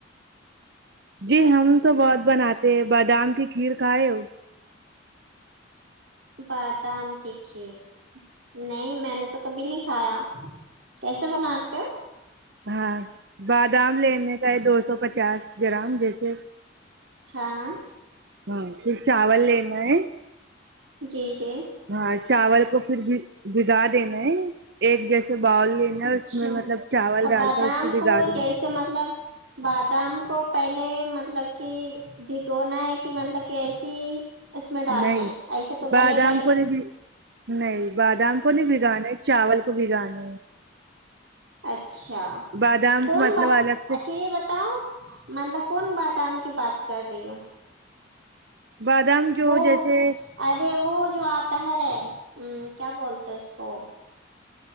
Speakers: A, on the right; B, on the right.
A: جی ہم تو بہت بناتے ہیں بادام کی کھیر کھائے
B: بادام کے کھییر نہیں میں نے تو کبھی نہیں کھایا کیسے بناتے ہو
A: ہاں بادام لینے کا ہے دو سو چاس گرام جیسے
B: ہاں
A: ہاں تو چاول لینا ہے
B: جی جی
A: ہاں چاول کو پھر بھی بگا دینا ہے ایک جیسے باؤل لینا
B: اچھا
A: اس میں مطلب چاول
B: اب
A: ڈال
B: بادام
A: کر اس کو بگاڑ
B: جیسے مطلب بادام کو پہلے مطلب کہ بھگونا ہے کہ مطلب کہ ایسی اس میں ڈالنا
A: نہیں
B: ایسے تو
A: بادام
B: گلے گا نہیں
A: کو نہیں بادام کو نہیں بگانے چاول کو بگانے
B: اچھا
A: بادام
B: کون
A: کو مطلب
B: بات
A: الگ سے
B: اچھا یہ بتاؤ مطلب کون بادام کی بات کر رہی ہ
A: بادام جو
B: وہ
A: جیسے
B: ارے وہ جو آتا ہے کیا بولتے اس کو